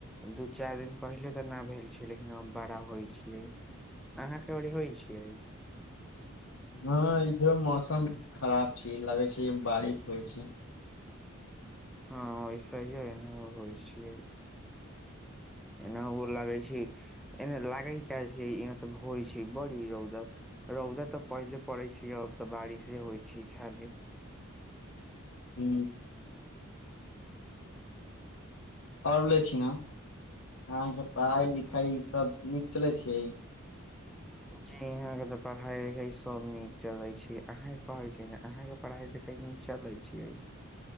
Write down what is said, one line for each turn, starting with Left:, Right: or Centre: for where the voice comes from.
Centre: दू चारि दिन पहिले तऽ नहि भेल छै लेकिन अब बड़ा होइ छियै अहाँके ओर होइ छियै
Left: हँ इधरो मौसम खराब छै लगै छै बारिश होइ छै
Centre: हँ ऐसे ह होइ छियै एना ओ लगै छै एने लागे क छै यहाँ तऽ होइ छै बड़ी रौदा रौदा तऽ पहिले पड़ै छै अब तऽ बारिशे होइ छै खाली
Left: हू आरले छी ने अहाँके पढ़ाई लिखाई
Centre: ह
Left: सब नीक चलै छियै
Centre: जी यहाँ के तऽ पढ़ाई लिखाई सब नीक चलै छै अहाँ कहै छै ने अहाँके पढ़ाई लिखाई नीक चलै छियै